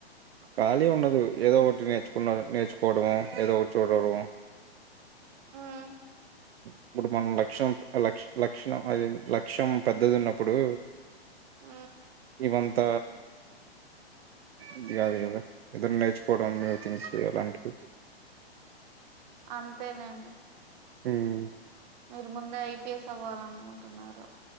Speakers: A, on the right (about 70°); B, on the right (about 40°).
A: ఖాళీ ఉండదు ఏదో ఒకటి నేర్చుకున్న నేర్చుకోవడమో ఏదో ఒకటి చూడడమో
B: మ్మ్
A: ఇప్పుడు మన లక్ష్యం ల లక్షం అది లక్ష్యం పెద్దది ఉన్నప్పుడు
B: ఉ
A: వంత ఇది కాదు కదా ఏదైనా నేర్చుకోవడం న్యూ థింగ్స్ అలాంటివి
B: అంతేలేండి
A: ఉమ్
B: మీరు ముందే ఐపీఎస్ అవ్వాలి అనుకుంటున్నారు